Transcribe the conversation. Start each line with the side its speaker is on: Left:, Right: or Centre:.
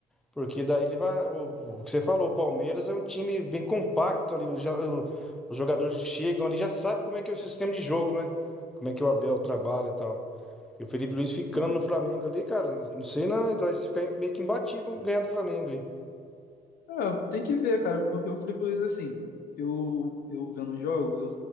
Centre: Porque daí ele vai, o, o que você falou, o Palmeiras é um time bem compacto ali, os, ja- o- os jogadores chegam ali, já sabe como é que é o sistema de jogo, né? Como é que o Abel trabalha e tal. E o Felipe Luiz ficando
Left: É,
Centre: no Flamengo ali, cara, não sei não, ele vai ficar meio que imbatível ganhar do Flamengo aí.
Left: É, tem que ver, cara, porque o Felipe Luiz, assim, eu, eu vendo os jogos, eu